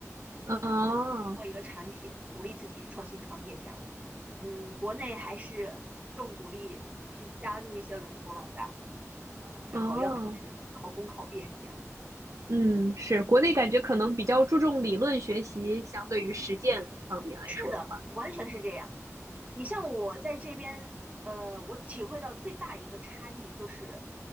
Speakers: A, on the right; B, on the right.
A: 哦
B: 然后去做一个产品，鼓励自己创新创业这样子。嗯，国内还是更鼓励去加入一些龙头老大，呃，然后要么就是考公考编这样子。
A: 哦。嗯，是，国内感觉可能比较注重理论学习，相对于实践方面来说的话，
B: 是的，完全是这样。你像我在这边，呃，我体会到最大一个差异就是，